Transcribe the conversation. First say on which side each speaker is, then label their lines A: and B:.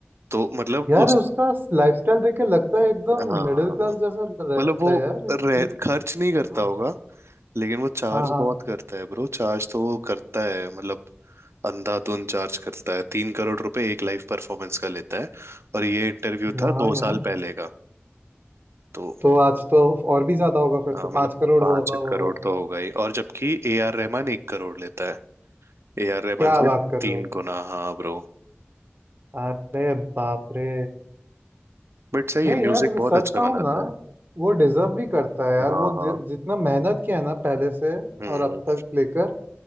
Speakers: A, on the right; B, on the right.
A: तो मतलब
B: यार
A: उस
B: उसका लाइफस्टाइल देख के लगता है एकदम
A: हाँ
B: मिडिल क्लास जैसा रहता
A: मतलब वो
B: है यार
A: रे-
B: ये
A: खर्च नहीं करता
B: हाँ
A: होगा लेकिन वो चार्ज
B: हाँ हाँ
A: बहुत करता है ब्रो चार्ज तो वो करता है मतलब अंधाधुन चार्ज करता है तीन करोड़ रुपए एक लाइव परफॉर्मेंस का लेता है और ये इंटरव्यू
B: वाह
A: था दो
B: यार
A: साल पहले का तो
B: तो आज तो और भी ज्यादा होगा फिर तो
A: हाँ
B: पांच
A: मतलब
B: करोड़
A: पांच
B: हुआ होगा
A: करोड़ तो होगा ही और जबकि ए आर रहमान एक करोड़ लेता है ए आर रहमान
B: क्या
A: से
B: बात कर
A: तीन
B: रहे हो
A: गुना हाँ ब्रो
B: अरे बाप रे
A: बट सही
B: नहीं
A: है म्यूजिक
B: यार
A: बहुत
B: सच
A: अच्छा
B: कहूँ
A: बनाता
B: ना
A: है
B: वो डिजर्व भी करता है यार
A: हाँ
B: वो
A: हाँ
B: जि, जितना मेहनत किया है ना पहले से
A: हम्म
B: और अब तक लेकर